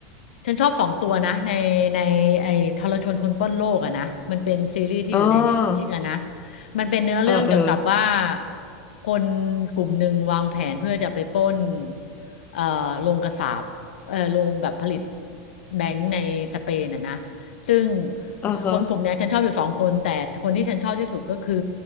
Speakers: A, on the left; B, on the left.
A: ฉันชอบสองตัวนะในในไอ้ทรชนคนปล้นโลกอะนะมันเป็นซีรีส์ที่อยู่ในเน็ตฟลิกอะนะ
B: อ๋อ
A: มันเป็นเนื้อเรื่องเกี่ยวกับว่า
B: เออเออ
A: คนกลุ่มหนึ่งวางแผนเพื่อจะไปปล้นเอ่อโรงกษาปเอ่อโรงแบบผลิตแบงก์ในสเปนอะนะซึ่ง
B: เออฮะ
A: คนกลุ่มเนี้ยฉันชอบอยู่สองคนแต่คนที่ฉันชอบที่สุดก็คือ